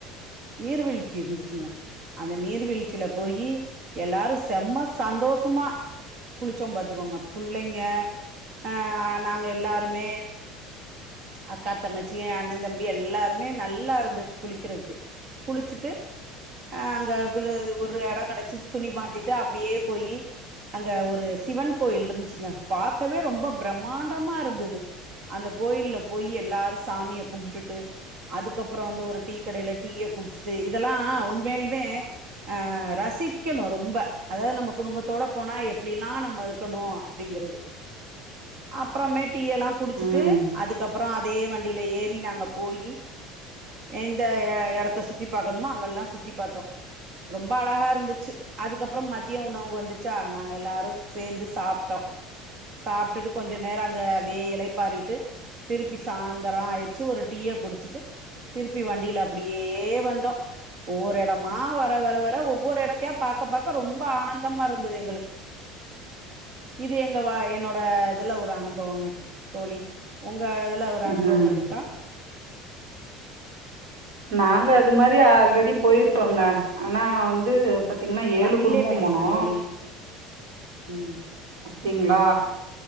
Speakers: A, on the right (about 55°); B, on the right (about 85°).
A: நீர்வீழ்ச்சி இருந்துச்சுங்க அந்த நீர்வீழ்ச்சில போயி எல்லாரு செம்ம சந்தோஷமா குளிச்சோ பாத்துக்கோங்க புள்ளைங்க அ நாங்க எல்லாருமே அக்கா தங்கச்சி ஏ அண்ணே தம்பி எல்லாருமே நல்லா இருந்துச்சு குளிக்கிறதுக்கு குளிச்சுட்டு அ அங்க ஒரு எடோ கெடச்சு துணிமா த்திட்டு அப்டியே போயி அங்க ஒரு சிவன் கோயில் இருன்ச்சுங்க பாக்கவே ரொம்ப பிரம்மாண்டமாருந்தது அந்த கோயில்ல போயி எல்லாரு சாமிய‌ கும்டுட்டு அதுக்கப்றோ வந்து ஒரு டீக்கடைல டீய குடிச்சுட்டு இதெல்லா உண்மயால்மே அ ரசிக்கணு ரொம்ப அதாவது நம்ம குடும்பத்தோட போனா எப்டிலா நம்ம இருக்கணு அப்டிங்கிறது அப்றமேட் டீ எல்லா குடிச்சுட்டு
B: ம்
A: அது அதே வண்டில ஏறி நாங்க போயி எந்த எடத்த சுத்தி பாக்கணுமோ அங்கல்லா சுத்தி பாத்தோ ரொம்ப அழகா இருந்துச்சு அதுக்கப்றோ மதிய உணவு வந்துச்சா நாங்க எல்லாரு சேந்து சாப்ட்டோ சாப்ட்டுட்டு கொஞ்ச நேரோ அங்க அப்டியே இளைப்பாறிட்டு திருப்பி சாயந்தரோ ஆயிட்ச்சு ஒரு டீய குடிச்சுட்டு திருப்பி வண்டில அப்டியே வந்தோ ஒவ்வொரு எடமா வர வர வர ஒவ்வொரு எடத்தையா பாக்க பாக்க ரொம்ப ஆனந்தமா இருந்தது எங்களுக்கு இது எங்க வா என்னோட இதுல ஒரு அனுபவோங்க தோழி உங்க இதுல ஒரு
B: ம்
A: அனுபவங்கள் இருக்கா
B: நாங்க அது மாரி ஆல்ரெடி போய்ருக்கோங்க ஆனா வந்து பாத்தீங்கன்னா ஏழு
A: தமிழ்லே
B: குடும்போ
A: பேசுங்க
B: போனோ
A: தோழி ம்
B: தீங்களா